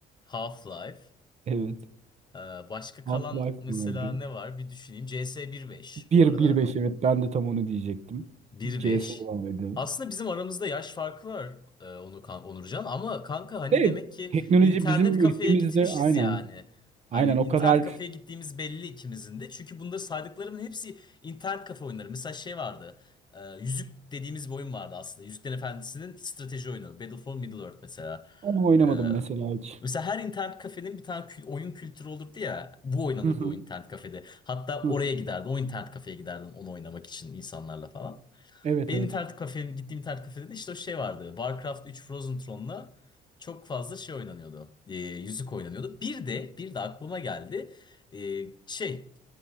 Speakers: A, on the left; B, on the right.
A: Half-Life.
B: Evet.
A: E, başka kalan
B: Half-Life
A: mesela
B: vardı.
A: ne var? Bir düşüneyim. CS 1.5
B: 1
A: bu arada.
B: 1.5 evet ben de tam onu diyecektim.
A: Bir
B: CS
A: beş.
B: vardı.
A: Aslında bizim aramızda yaş farkı var e, onu kan- Onurcan ama kanka hani
B: Ve
A: demek ki
B: teknoloji
A: internet
B: bizim
A: kafeye
B: ülkemizde
A: gitmişiz
B: aynen.
A: yani. Hani
B: Aynen
A: internet
B: o kadar
A: kafeye gittiğimiz belli ikimizin de. Çünkü bunda saydıklarımın hepsi internet kafe oyunları. Mesela şey vardı. e, Yüzük dediğimiz bir oyun vardı aslında. Yüzüklerin Efendisi'nin strateji oyunu. Battle for Middle-earth mesela.
B: onu oynamadım
A: E,
B: mesela hiç.
A: mesela her internet kafenin bir tane kü- oyun kültürü olurdu ya. Bu oynanırdı
B: Hı hı.
A: o internet kafede. Hatta
B: Hı.
A: oraya
B: hı.
A: giderdin. O internet kafeye giderdin onu oynamak için insanlarla falan.
B: Evet
A: Benim
B: evet.
A: internet kafeye gittiğim internet kafede de işte o şey vardı. Warcraft 3 Frozen Throne'la çok fazla şey oynanıyordu. Ee, yüzük oynanıyordu. Bir de bir de aklıma geldi. Ee, şey